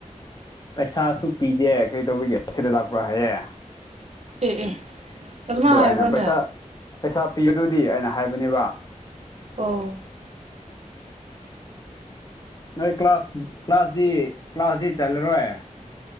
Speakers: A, on the left; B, on the right.
A: ꯄꯩꯁꯥꯁꯨ ꯄꯤꯗꯦ ꯀꯔꯤ ꯇꯧꯕꯤꯒꯦ ꯁꯤꯗ ꯂꯥꯛꯄ꯭ꯔꯥ ꯍꯥꯏꯌꯦꯦ
B: ꯑꯦ ꯑꯦ ꯑꯗꯨꯃꯥꯏꯅ
A: ꯑꯗꯨ
B: ꯍꯥꯏꯕ꯭ꯔꯥꯅꯦ
A: ꯑꯩꯅ ꯄꯩꯁꯥ ꯄꯩꯁꯥ ꯄꯤ ꯑꯗꯨꯗꯤ ꯑꯩꯅ ꯍꯥꯏꯕꯅꯦꯕ
B: ꯑꯣ
A: ꯅꯣꯏ ꯀ꯭ꯂꯥꯁ ꯀ꯭ꯂꯥꯁꯗꯤ ꯀ꯭ꯂꯥꯁꯗꯤ ꯆꯜꯂꯔꯣꯏ